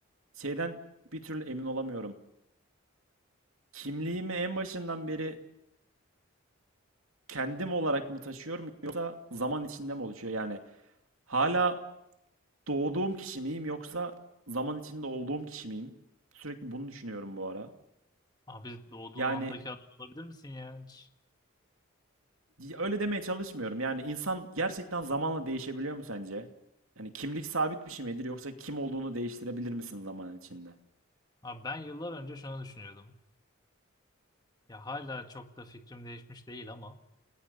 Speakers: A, on the right (about 75°); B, on the left (about 20°).
A: Şeyden bir türlü emin olamıyorum. Kimliğimi en başından beri kendim olarak mı taşıyorum yoksa zaman içinde mi oluşuyor? Yani hala doğduğum kişi miyim yoksa zaman içinde olduğum kişi miyim? Sürekli bunu düşünüyorum bu ara.
B: Abi doğduğun
A: Yani
B: andaki adam olabilir misin ya hiç?
A: Ya Öyle demeye çalışmıyorum. Yani insan gerçekten zamanla değişebiliyor mu sence? Yani kimlik sabit bir şey midir yoksa kim olduğunu değiştirebilir misin zaman içinde?
B: Abi ben yıllar önce şunu düşünüyordum. Ya hala çok da fikrim değişmiş değil ama